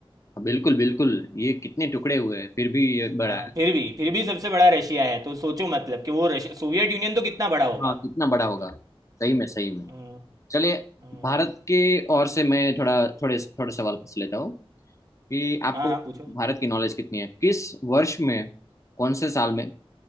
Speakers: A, on the left; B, on the right.
A: हाँ, बिल्कुल बिल्कुल ये कितने टुकड़े हुए हैं फिर भी ये बड़ा
B: हाँ
A: है
B: फिर भी फिर भी सबसे बड़ा रशिया है तो सोचो मतलब कि वो रश सोवियत यूनियन तो कितना बड़ा होगा
A: हाँ कितना बड़ा होगा सही में सही में
B: हम्म,
A: चलिए
B: हम्म।
A: भारत के ओर से मैं थोड़ा थोड़े थोड़े सवाल पूछ लेता हूँ कि आपको
B: हाँ हाँ पूछो
A: भारत की नॉलेज कितनी है किस वर्ष में कौन से साल में